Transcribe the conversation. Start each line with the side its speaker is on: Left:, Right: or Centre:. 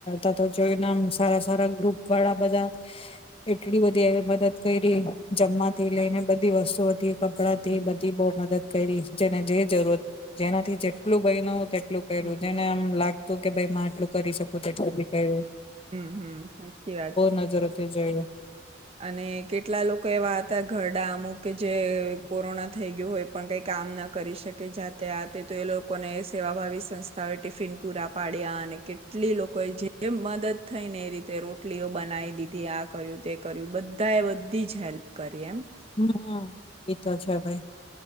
Left: અ. તો. જોઈ નામ સારા સારા ગ્રુપ વાળા બધા. એટલી બધી મદદ. કરી
Right: હમ
Left: જમવાથી
Right: હમ
Left: લઈને બધી વસ્તુઓથી કપડા થી
Right: હમ
Left: બધી બહુ મદદ કરી જેને જે જરૂર જેનાથી જે. ભ ન તેટલું પહેર્યું
Right: હમ
Left: જેને આમ લાગતું કે ભાઈ માં એટલું કરી શક. <unintelligible>
Right: હમ્મ હમ્મ સાચી વાત છે
Left: નજરોથી જોયું
Right: અને કેટલા લોકો એવા હતા ઘરડા અમુક કે જે કોરોના થઈ ગયું હોય પણ કંઈ કામ ન કરી શકે જાતે આતે તો એ લોકોને સેવાભાવી સંસ્થાઓએ ટિફિન પૂરા પાડ્યા અને કેટલી લોકોએ જે મદદ થઈને એ રીતે રોટલીઓ બનાવી દીધી આ કર્યું તે કર્યું બધા એ બધી જ હેલ્પ કરી એમ.
Left: હમ્મ હમ્મ એતો છે ભાઈ.